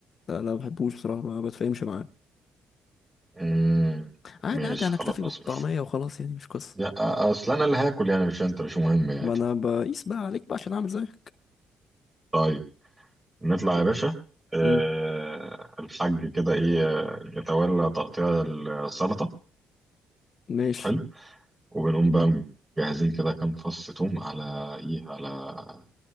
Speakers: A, on the left; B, on the right.
A: لا لا ما بحبوش بصراحه ما بتفاهمش معاه
B: مم،
A: عادي
B: ماشي
A: عادي هنكتفي
B: خلاص
A: بالطعميه
B: مش
A: وخلاص يعني مش قصه
B: لا أصل أنا اللي هاكل يعني مش أنت مش مهم يعني
A: ما انا بقيس بقى عليك بقى عشان اعمل زيك
B: طيب نطلع يا باشا أه
A: امم
B: الحاج كده إيه آه، يتولى تقطيع السلطة
A: ماشي
B: حلو وبنقوم بقى مجهزين كده كام فص توم على إيه على